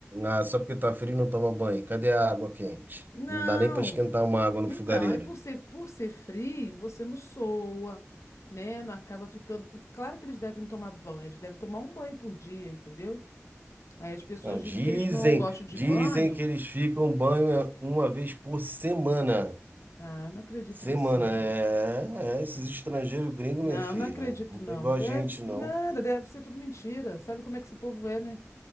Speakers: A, on the right (about 40°); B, on the left (about 75°).
A: Ah, só porque tá frio não toma banho. Cadê a água quente?
B: Não.
A: Não dá nem para esquentar uma água no
B: Então,
A: fogareiro.
B: aí por ser, por ser frio, você não soa, né? Não acaba ficando. Claro que eles devem tomar banho, eles devem tomar um banho por dia, entendeu? Aí as pessoas
A: Não,
B: dizem
A: dizem,
B: que eles não gostam de
A: dizem
B: banho.
A: que eles ficam banho uma vez por semana.
B: Ah, eu não acredito
A: Semana,
B: nisso, não.
A: é, é, esses estrangeiros gringos,
B: Não,
A: minha filha.
B: não acredito,
A: Não
B: não.
A: é igual
B: Deve,
A: a gente,
B: s-
A: não.
B: nada, deve ser tudo mentira. Sabe como é que esse povo é, né?